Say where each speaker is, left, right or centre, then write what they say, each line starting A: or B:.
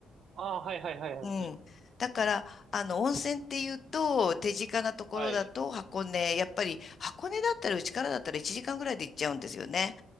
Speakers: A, on the right; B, on the left.
A: ああ、はいはいはいはいはい。
B: うん。だから、あの、温泉っていうと、手近なところだと箱根、
A: はい。
B: やっぱり箱根だったら、うちからだったら1時間ぐらいで行っちゃうんですよね。